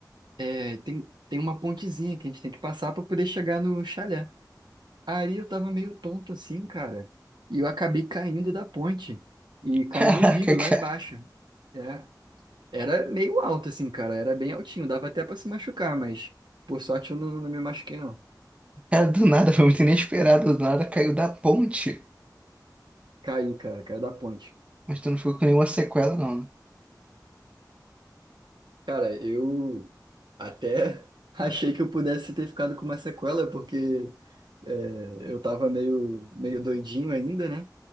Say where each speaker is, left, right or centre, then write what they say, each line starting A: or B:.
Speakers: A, on the right; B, on the right.
A: é, tem, tem uma pontezinha que a gente tem que passar para poder chegar no chalé. Aí eu tava meio tonto assim, cara. E eu acabei caindo da ponte e caí
B: <laughs> Caraca,
A: no rio lá
B: cara.
A: embaixo. É, era meio alto assim, cara. Era bem altinho. Dava até para se machucar, mas por sorte eu não, não me machuquei, não.
B: Cara, do nada, foi muito inesperado, do nada caiu da ponte.
A: Caí, cara. Caí da ponte.
B: Mas tu não ficou com nenhuma sequela, não. né?
A: Cara, eu até <laughs> achei que eu pudesse ter ficado com uma sequela, porque é, eu tava meio, meio doidinho ainda, né?